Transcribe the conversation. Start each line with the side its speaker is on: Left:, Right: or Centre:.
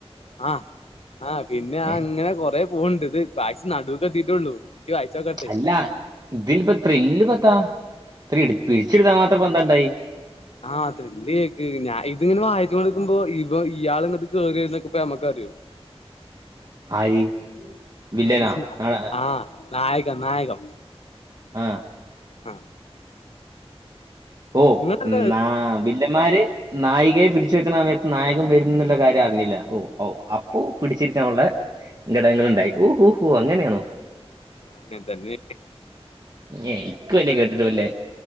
Left: ആഹ് ആഹ് പിന്നെ ആ
Right: ഏ?
Left: അങ്ങനെ കൊറെേ പോണണ്ട് ഇത് ബാക്സ് നടുവുക്ക് എത്തിട്ടുള്ളൂ. ക്കി വായ്ച്ചോക്ക്
Right: അല്ല ഇതിലിപ്പ ത്രില്ല് പത്താ ഇത്രേം ഇട് പിടിച്ചെടുത്താത്രം പന്തണ്ടായി?
Left: ആഹ് ത്രില്ല് കേക്ക് ഞാൻ ഇത് ഇങ്ങനെ വായിച്ചോണ്ടിരിക്കുമ്പൊ ഇവ ഇയാൾ ഇങ്ങട്ട് കേറിവരുന്നൊക്കെ ഇപ്പ നമുക്കറിയോ?
Right: ആര് വില്ലനാ
Left: ഈഹ്
Right: നാട-
Left: ആഹ് നായകം നായകം.
Right: ആഹ്.
Left: ആഹ്.
Right: ഓ
Left: ഇങ്ങളല്ലേ
Right: എന്നാ വില്ലന്മാര് നായികയെ പിടിച്ച വെക്കണ സമയത്ത് നായകൻ വരുന്നുള്ള കാര്യം അറിഞ്ഞില്ല ഓ ഓ അപ്പൊ പിടിച്ചിരിക്കാനുള്ള ഘടങ്ങളുണ്ടായി ഓ ഓ ഹോ അങ്ങനെയാണോ?
Left: അങ്ങനതന്നെ.
Right: പിന്നെ എനിക്ക് വലിയ കേട്ടിട്ട് വലിയ